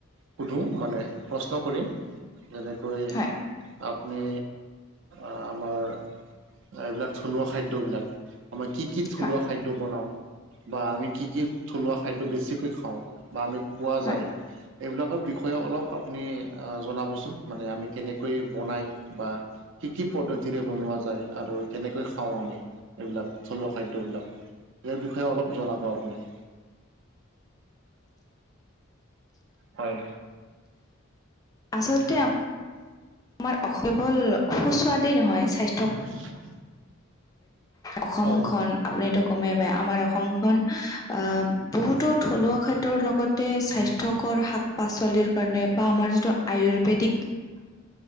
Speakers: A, on the right (about 60°); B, on the left (about 15°).
A: সুধো মানে প্ৰশ্ন কৰিম, যেনেকৈ-
B: হয়
A: আপুনি আমাৰ এইবিলাক থলুৱা খাদ্য- খাদ্যবিলাক, আমাৰ কি কি থলুৱা
B: হয়
A: খাদ্য বনাওঁ। বা আমি কি কি থলুৱা খাদ্য বেছিকৈ খাওঁ বা আমি পোৱা
B: হয়
A: যায়। এইবিলাকৰ বিষয়ে অলপ আপুনি জনাবচোন মানে আমি কেনেকৈ বনাই বা- কি কি পদ্ধতিৰে বনোৱা যায় আৰু কেনেকৈ খাওঁ আমি। এইবিলাক থলুৱা খাদ্যবিলাক ইয়াৰ বিষয়ে অলপ জনাব আপুনি? হয়।
B: আচলতে আমাৰ কেৱল সুস্বাতেই নহয়, স্বাস্থ্য-
A: <unintelligible>
B: অসমখন
A: হয়
B: আপুনিটো গমেই পাই আমাৰ অসমখন- আঁহ', - বহুতো থলুৱা খাদ্যৰ লগতে স্বাস্থ্যকৰ শাক- পাচলিৰ কাৰণে বা আমাৰ যিটো আয়ুৰ্বেদিক-
A: <unintelligible>